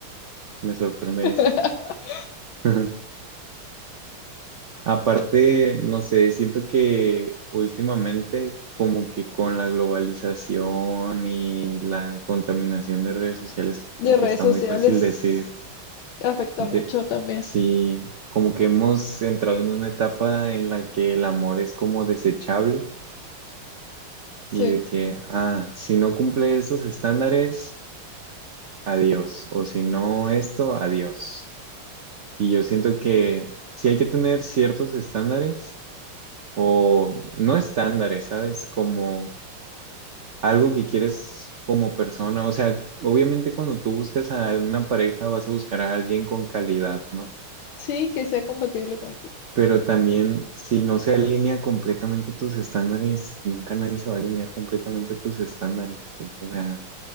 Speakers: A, on the right; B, on the left.
A: Me sorprende
B: <laughs>
A: eso. <laughs> Aparte, no sé, siento que últimamente como que con la globalización y la contaminación de redes sociales,
B: De
A: como
B: redes
A: que está
B: sociales
A: muy fácil decir,
B: afecta
A: de,
B: mucho también.
A: sí, como que hemos entrado en una etapa en la que el amor es como desechable
B: Sí.
A: y de que, ah, si no cumple esos estándares, adiós, o si no esto, adiós. Y yo siento que sí hay que tener ciertos estándares o no estándares, ¿sabes? Como algo que quieres como persona. O sea, obviamente cuando tú buscas a alguna pareja vas a buscar a alguien con calidad, ¿no?
B: Sí, que sea compatible contigo.
A: Pero también si no se alinea completamente a tus estándares, nunca nadie se va a alinear completamente a tus estándares, pues. O sea,